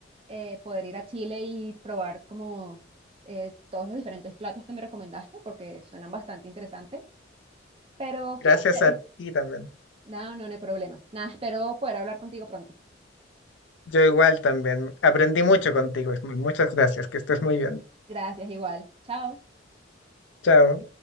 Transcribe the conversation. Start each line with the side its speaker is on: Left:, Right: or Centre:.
Right: eh, poder ir a Chile y probar como eh, todos los diferentes platos que me recomendaste porque suenan bastante interesantes. Pero sí,
Left: gracias
Right: espero.
Left: a ti también.
Right: No, no, no hay problema. Nada, espero poder hablar contigo pronto.
Left: Yo igual también. Aprendí mucho contigo, Ismael. Muchas gracias. Que estés muy bien.
Right: Gracias, igual. Chao.
Left: Chao.